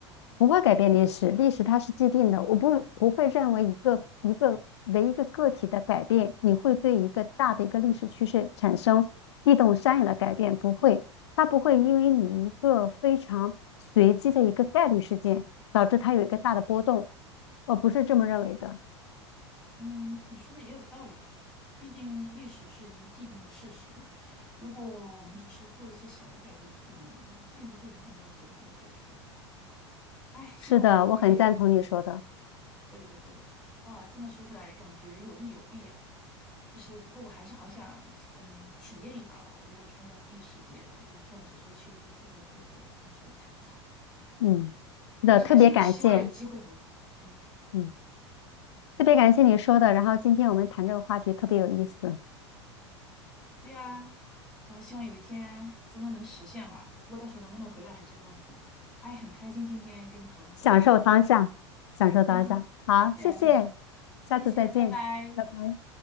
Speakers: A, on the left; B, in the centre.
A: 不会改变历史，历史它是既定的。我不不会认为一个一个为一个个体的改变，你会对一个大的一个历史趋势产生地动山摇的改变，不会。它不会因为你一个非常随机的一个概率事件，导致它有一个大的波动。我不是这么认为的。
B: 嗯，你说的也有道理啊，毕竟历史是已经既定的事实嘛。如果我们只是做一些小的改变，可能并不会影响到整体的走势。哎，希望我们有天
A: 是的，我很赞同你说的。
B: 对对对，哇，这么说起来，感觉有利有弊啊。就是不过我还是好想，嗯，体验一把吧。如果穿越到异世界，比如像我所说的修真世界，或者你说的唐朝，
A: 嗯，是的，
B: 但是还是有希望有机会回来。
A: 特别感谢，
B: 嗯，
A: 嗯，特别感谢你说的。然后今天我们谈这个话题特别有意思。
B: 对呀、然后希望有一天真的能实现吧。不过到时候能不能回来还是个问题呢。哎，很开心今天跟你讨论这个话题呢，
A: 享受当下，享受当下。
B: 哈哈。
A: 好，
B: 对呀、
A: 谢谢，
B: 想说的谢谢，
A: 下次再见，
B: 拜拜。
A: 拜拜。